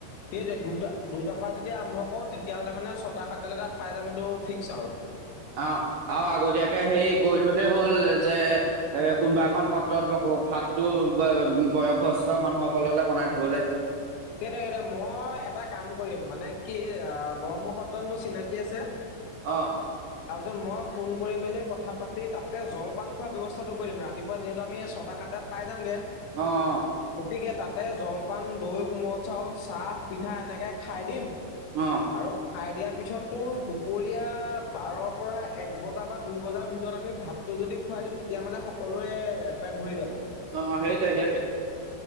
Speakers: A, on the left (about 90°); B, on the right (about 75°).
A: সেই দে দুটা দুটাৰ পৰা যদি আৰম্ভ কৰো তেতিয়াহ'লে মানে চত- তা সাত তালে তাত পাই যাম এইটো ফিক্স আৰু।
B: অ আৰু আগতীয়াকে হেই কৈ থলে হ'ল যে এ কোনোবা এখন পত্ৰত বকবক ভাতটো ব বয়সস্থ মানুহসকললে বনাই থবলৈ
A: কেইটা কেইটা মই এটা কাম কৰিম মানে কি অ বৰমুখ সত্ৰত মোৰ চিনাকী আছে
B: অ
A: তাৰপিছত মই ফোন কৰি মেলি কথা পাতি তাতে জলপান খোৱাৰ ব্যৱস্থাটো কৰিম ৰাতিপুৱা যিহেতু আমি ছটা সাতাত পাই যামগে।
B: অ অ
A: গতিকে তাতে জলপান দৈ কোমল চাউল, চাহ পি পিঠা এনেকে খাই দিম
B: অ
A: আৰু খাই দিয়াৰ পিছত তোৰ দুপৰীয়া বাৰৰ পৰা এক বজা বা দুই বজাৰ ভিতৰত যত আমি ভাতটো যদি খুৱাই দিও তেতিয়া মানে সকলোৰে পেট ভৰি যাব।
B: অ হেইটে হেয়াতে